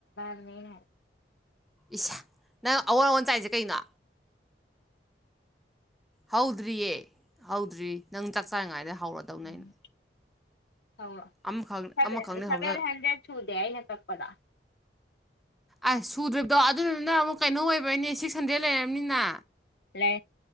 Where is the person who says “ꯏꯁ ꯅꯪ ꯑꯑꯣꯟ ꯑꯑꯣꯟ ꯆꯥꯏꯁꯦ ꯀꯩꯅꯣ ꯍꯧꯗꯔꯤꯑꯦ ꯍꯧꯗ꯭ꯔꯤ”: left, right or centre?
Centre